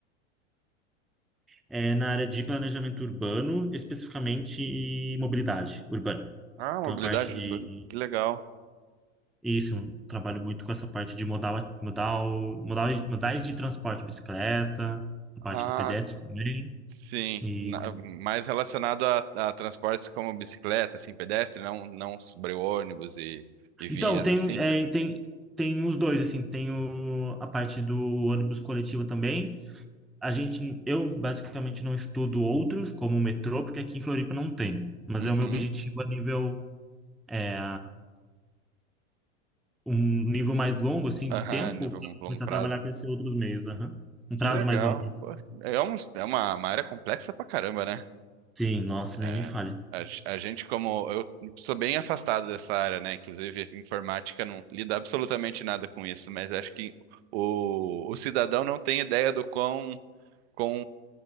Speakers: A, in the centre; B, on the right.
A: É, na área de planejamento urbano, especificamente e mobilidade urbana.
B: Ah, mobilidade,
A: Então, a parte de...
B: urbana, que legal.
A: Isso, eu trabalho muito com essa parte de modal, modal, modal, modais de transporte, bicicleta, a parte
B: Ah,
A: do pedestre também.
B: sim,
A: E...
B: na- mais relacionado a, a transportes como bicicleta, assim, pedestre, não, não sobre ônibus e, e vias,
A: Então, tem,
B: assim.
A: é, tem, tem os dois, assim, tem o, a parte do ônibus coletivo também, A gente, eu basicamente não estudo outros, como o metrô, porque aqui em Floripa não tem. Mas
B: Uhum,
A: é o meu objetivo a nível, é, um nível mais longo, assim,
B: aham,
A: de tempo,
B: nível
A: pra
B: longo
A: começar
B: prazo.
A: a trabalhar com esses outros meios. aham. Um
B: Que
A: prazo
B: legal.
A: mais longo.
B: Pô, é, um- é uma, uma área complexa pra caramba, né?
A: Sim, nossa,
B: É,
A: nem me fale.
B: a, g- a gente, como eu sou bem afastado dessa área, né? Inclusive, informática não lida absolutamente nada com isso, mas acho que o, o cidadão não tem ideia do quão, quão